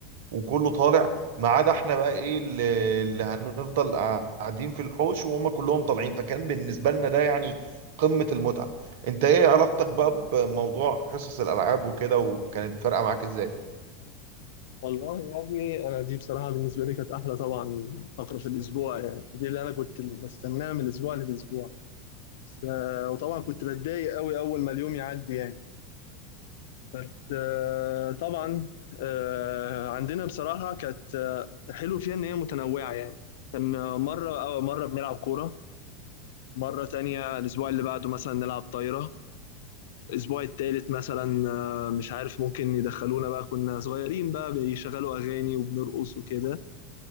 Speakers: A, on the right; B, on the left.
A: وكله طالع ما عدا احنا بقى ايه اللي اللي هنفضل قاعدين في الحوش وهم كلهم طالعين فكان بالنسبة لنا ده يعني قمة المتعة انت ايه علاقتك بقى بموضوع حصص الألعاب وكده وكانت فارقة معاك ازاي؟
B: والله يا ابني انا دي بصراحه بالنسبه لي كانت احلى طبعا فقره في الاسبوع يعني دي اللي انا كنت بستناها من الاسبوع للاسبوع بس آه، وطبعا كنت بتضايق قوي اول ما اليوم يعدي يعني بس آه، طبعا آه، عندنا بصراحه كانت آه، حلو فيها ان هي متنوعه يعني كان آه، مره أو مره بنلعب كوره مره تانية الاسبوع اللي بعده مثلا نلعب طايره الاسبوع التالت مثلا آه، مش عارف ممكن يدخلونا بقى كنا صغيرين بقى بيشغلوا اغاني وبنرقص وكده